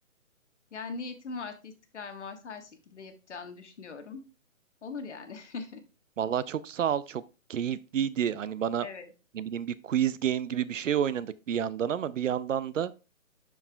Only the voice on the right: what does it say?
Vallahi çok sağ ol. Çok keyifliydi. Hani bana
ne bileyim bir quiz game gibi bir şey oynadık bir yandan ama bir yandan da